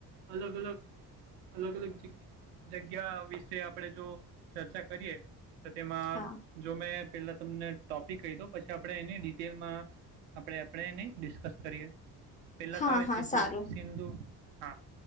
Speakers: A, on the right; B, on the left.
A: અલગ અલગ અલગ અલગ જગ જગ્યા વિશે આપણે જો ચર્ચા કરીએ. તો તેમાં
B: હા
A: જો મેં પેલા તમને ટોપિક કહી દો પછી આપણે એની ડિટેલમાં આપણે આપણે એની ડિસ્કસ કરીએ પહેલા
B: હા
A: ત આવે
B: હા
A: સિદ્ધુ
B: સારું
A: સિંધુ હા